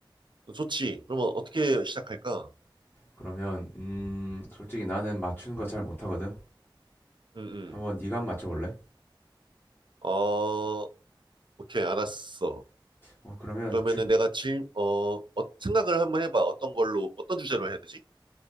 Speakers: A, on the right; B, on the left.
A: 좋지. 그러면 어떻게 시작할까?
B: 그러면 음, 솔직히 나는 맞추는 거 잘 못하거든.
A: 응,
B: 한번
A: 응.
B: 네가 한번 맞춰볼래?
A: 어, 오케이, 알았어.
B: 어, 그러면
A: 그러면은
B: 주,
A: 내가 질, 어, 어, 생각을 한번 해봐. 어떤 걸로, 어떤 주제로 해야 되지?